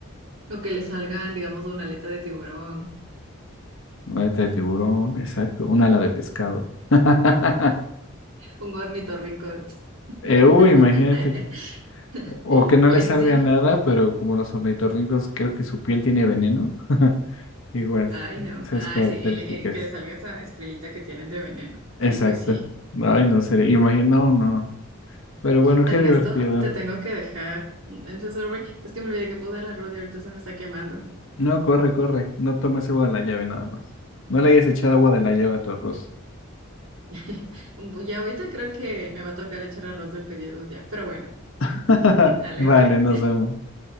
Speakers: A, on the right (about 85°); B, on the left (about 65°).
A: O que le salgan, digamos, una aleta de tiburón,
B: Una aleta de tiburón, exacto. Un ala de pescado. <laughs>
A: un ornitorrinco.
B: Eh,
A: <laughs>
B: uy, imagínate que. O que no
A: Pues
B: le salga
A: sí.
B: nada, pero como los ornitorrincos, creo que su piel tiene veneno. <laughs> Igual,
A: Ay, no.
B: esas
A: Ah,
B: características.
A: sí, el- el que le salga esa escuelita que tienen de veneno. Sí,
B: Exacto.
A: pues sí.
B: Ay, no sería. Imagino, no, no, no. Pero bueno,
A: Ernesto,
B: qué divertido.
A: te tengo que dejar. Entonces, sorry, es que me olvidé que puse el arroz y ahorita se me está quemando.
B: No, corre, corre. No tomes agua de la llave nada más. No le hayas echado agua de la llave a tu arroz.
A: <laughs> Ya ahorita creo que me va a tocar echar arroz del pedido ya. Pero bueno, <laughs>
B: <laughs>
A: dale,
B: Vale,
A: bye.
B: nos vemos.